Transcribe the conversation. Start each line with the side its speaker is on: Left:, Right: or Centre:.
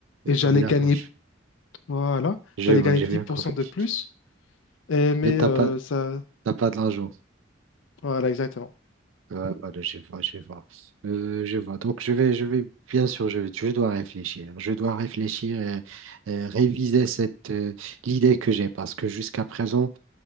Right: euh,
Left: Et j'allais
Right: d'accord,
Left: gagner,
Right: je,
Left: voilà,
Right: je
Left: j'allais
Right: vois,
Left: gagner
Right: j'ai
Left: dix
Right: bien
Left: pour
Right: compris.
Left: cent de plus. Et- mais
Right: Mais t'as
Left: euh,
Right: pas,
Left: ça,
Right: t'as pas de l'argent.
Left: voilà, exactement.
Right: Ouais, voilà, je vois, je vois. Euh, je vois. Donc, je vais, je vais, bien sûr, je, je dois réfléchir. Je dois réfléchir et, et réviser cette, euh, l'idée que j'ai parce que jusqu'à présent,